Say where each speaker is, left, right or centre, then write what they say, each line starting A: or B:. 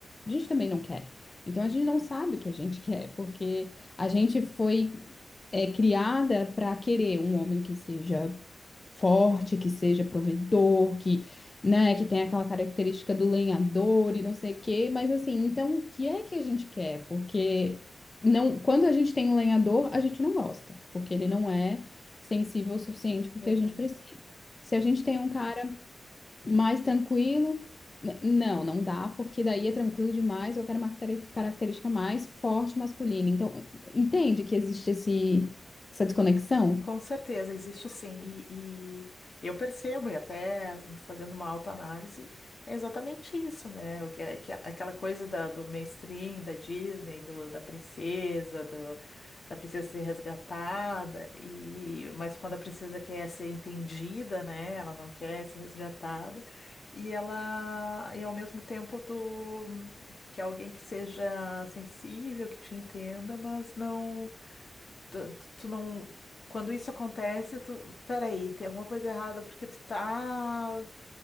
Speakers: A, on the left; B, on the left.
A: A gente também não quer. Então a gente não sabe o que a gente <laughs> quer, porque a gente foi é, criada para querer um homem que seja forte, que seja provedor, que, né, que tem aquela característica do lenhador e não sei o quê, mas assim, então o que é que a gente quer? Porque não, quando a gente tem um lenhador, a gente não gosta, porque ele não é sensível o suficiente porque
B: Verdade.
A: a gente precisa. Se a gente tem um cara mais tranquilo, n- não, não dá, porque daí é tranquilo demais, eu quero uma caracteri- característica mais forte masculina. Então, entende que existe esse, essa desconexão?
B: Com certeza, existe sim. E, e eu percebo, e até fazendo uma autoanálise, é exatamente isso, né? O que é, que é aquela coisa da- do mainstream, da Disney, do- da princesa, do- da princesa ser resgatada, e, mas quando a princesa quer ser entendida, né? Ela não quer ser resgatada, e ela, e ao mesmo tempo, tu, tu quer alguém que seja sensível, que te entenda, mas não tu, tu- tu não. Quando isso acontece, tu. Peraí, tem alguma coisa errada, porque tu tá.